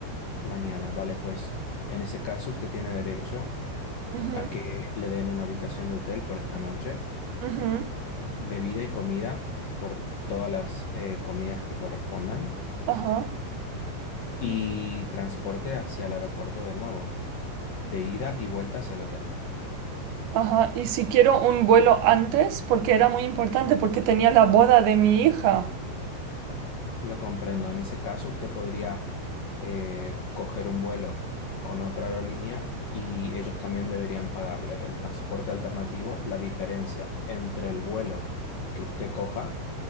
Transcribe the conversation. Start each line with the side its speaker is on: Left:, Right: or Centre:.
Left: Mañana, vale, pues en ese caso usted tiene derecho
Right: Ujú,
Left: a que le den una habitación de hotel por esta noche,
Right: ujú,
Left: bebida y comida por todas las eh, comidas que correspondan
Right: ajá,
Left: y transporte hacia el aeropuerto de nuevo, de ida y vuelta hacia el hotel.
Right: ajá. Y si quiero un vuelo antes, porque era muy importante, porque tenía la boda de mi hija.
Left: Lo comprendo. En ese caso, usted podría eh, coger un vuelo con otra aerolínea y ellos también deberían pagarle el transporte alternativo, la diferencia entre el vuelo que usted coja